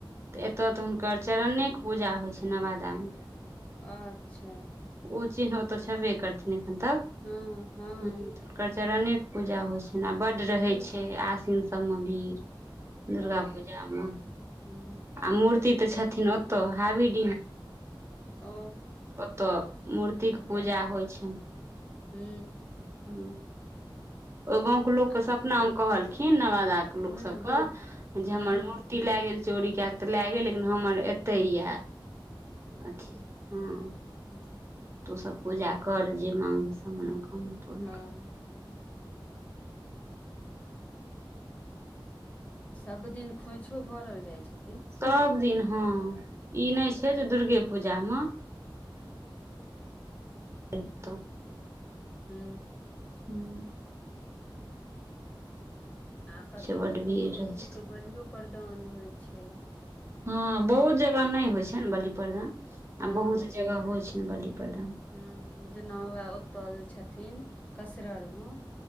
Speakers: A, on the right; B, on the left.
A: तऽ एतय तऽ हुनकर चरणेके पूजा होइ छै नवादामे।
B: अच्छा।
A: ओ चिन्ह ओतऽ छेबे करथिन एखन तक
B: हँ हँ
A: हुनकर चरणे। पूजा होइ छैनि आ बड्ड रहै
B: हूँ
A: छै आसिन सभमे भीड़। दुर्गा
B: ओ
A: पूजा मे
B: हूँ
A: आ मूर्ति ते छथिन ओतऽ हाबी मे
B: ओ
A: ओतऽ मूर्ति के पूजा होइ छैन।
B: हू।
A: ह ओहि गाँंव के लोक
B: आ
A: के सपना मे कहलखिन नवादा के लोक
B: हूँ
A: सबके जे
B: हूँ
A: हमर मूर्ति लए गेल चोरी क क तऽ लए गेल लेकिन हमर एते यए। अथि हुँ।
B: ठीक <unintelligible>
A: तूसभ पूजा कर जे माँङ्गही सभ मनोकामना पूर्ण
B: हँ।
A: कर
B: हू। सभ दिन खोइछो भरल जाइ छै।
A: सभदिन हँ ई
B: हँ
A: नहि छै जे दुर्गे पूजामे। ऐत।
B: हू।
A: हू।
B: आ कतहु
A: छै बड्ड
B: कतहु
A: भीड़
B: भगवतीके
A: रहै छथिन
B: बलियो प्रदान होइ छै।
A: हँ बहुत जगह नहि होइ छैन बलि प्रदान
B: हँ
A: आ बहुत जगह होइ छैन बलि प्रदान।
B: ह जेना हुए ओतऽ जे छथिन कसररमे।